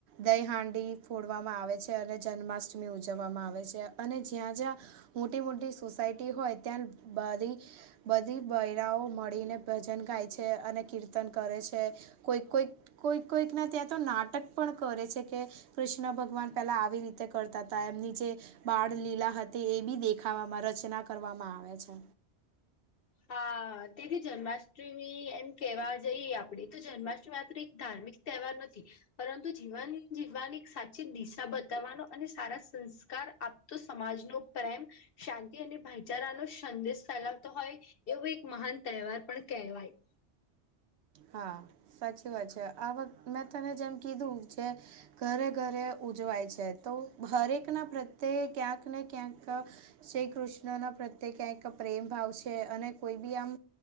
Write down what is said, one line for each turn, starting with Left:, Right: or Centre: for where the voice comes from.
Right: દહી હાંડી ફોડવામાં આવે છે અને જન્માષ્ટમી ઉજવવામાં આવે છે અને જ્યાં જ્યાં મોટી મોટી સોસાયટી હોય ત્યાં બધી. બધી બૈરાઓ મળીને ભજન ગાય છે અને કીર્તન કરે છે. કોઈક કોઈક કોઈક કોઈક ના ત્યાં તો નાટક પણ કરે છે કે. કૃષ્ણ ભગવાન પેલા આવી રીતે કરતા હતા એમની જે. બાળ લીલા હતી એ બી દેખાવામાં રચના કરવામાં આવે છે.
Left: હા તેથી જન્માષ્ટમી એમ કેવા જઈએ આપડી તો જન્માષ્ટમી માત્ર એક ધાર્મિક તહેવાર નથી પરંતુ જીવવાન જીવવાની એક સાચી દિશા બતાવવાનો અને સારા સંસ્કાર આપ તો સમાજનો પ્રેમ શાંતિ અને ભાઈ ચારાનો સંદેશ ફેલાવતો હોય. એવું એક મહાન તહેવાર પણ કેહેવાય.
Right: હા સાચી વાત છે આ વાત મેં તને જેમ કીધું જે. ઘરે ઘરે ઉજવાય છે તો હરેક ના પ્રત્યે ક્યાંક ને ક્યાંક શ્રી કૃષ્ણ ના પ્રત્યે ક્યાંક પ્રેમ ભાવ છે અને કોઈ બી આમ